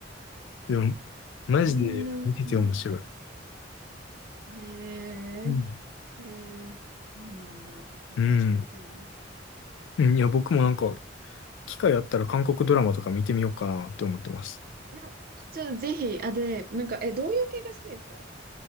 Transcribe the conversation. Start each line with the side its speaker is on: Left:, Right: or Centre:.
Left: でも、マジで見てて面白い。
Right: いや、女、うん、へえ、
Left: うん。
Right: へえ、そうなんだ。え、
Left: うん。
Right: ちょっと見てみよう。
Left: うんいや、僕もなんか、機会あったら韓国ドラマとか見てみようかなって思ってます。
Right: でも、ちょっとぜひ、あ、で、なんか、え、どういう系が好きですか